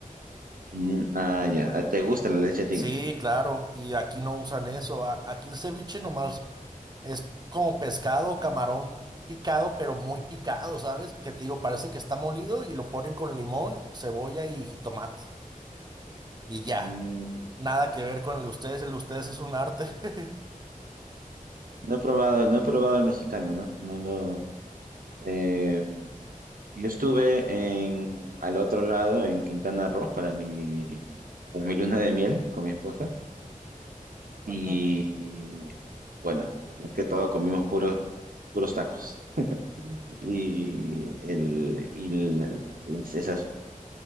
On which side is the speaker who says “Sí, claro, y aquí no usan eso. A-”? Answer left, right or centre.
Right